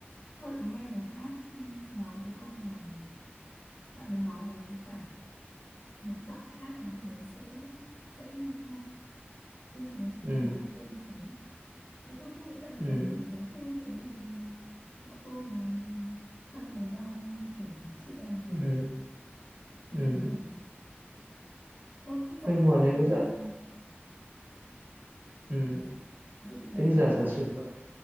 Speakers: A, on the left (about 65°); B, on the right (about 50°).
A: tôi lại nghe người khác nói với tôi là bạn ấy nói với cả một bạn khác là bạn đấy sẽ sẽ ly hôn nhưng bạn đấy thì không
B: ừ
A: nói với tôi như thế và tôi không nghĩ là bạn
B: ừ
A: đấy có thể giống tôi chuyện đấy vì là bọn tôi thì thân với nhau kiểu là chị em ấy.
B: ừ ừ
A: tôi nghĩ là tôi không rõ
B: thế nhưng
A: là
B: mà nếu giả
A: là
B: ừ
A: dự định vào
B: thế
A: đấy
B: nhưng
A: như
B: giả
A: này
B: giả sử bạn-